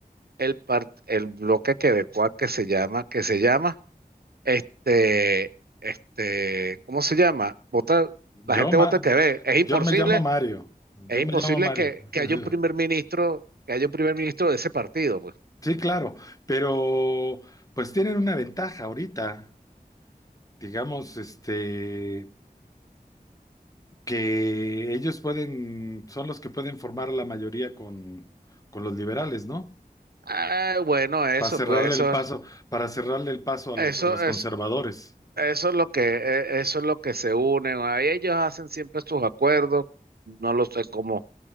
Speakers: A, on the right; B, on the left.
A: el, part- el bloque quebecuá que se llama, que se llama, este, este, ¿cómo se llama? Vota, la
B: Yo
A: gente
B: ma-
A: vota el que ve. Es imposible
B: yo me llamo Mario. Yo
A: Es imposible
B: me llamo Mario.
A: que, que
B: <laughs>
A: haya un primer ministro, que haya un primer ministro de ese partido, pues.
B: Sí, claro, pero pues tienen una ventaja ahorita. digamos, este, que ellos pueden, son los que pueden formar a la mayoría con, con los liberales, ¿no?
A: Ah, bueno, eso,
B: Para cerrarle
A: pues, eso,
B: el paso, para cerrarle el paso a
A: eso
B: los, a los
A: es,
B: conservadores.
A: eso es lo que, eh, eso es lo que se unen. Ahí ellos hacen siempre sus acuerdos, no lo sé cómo,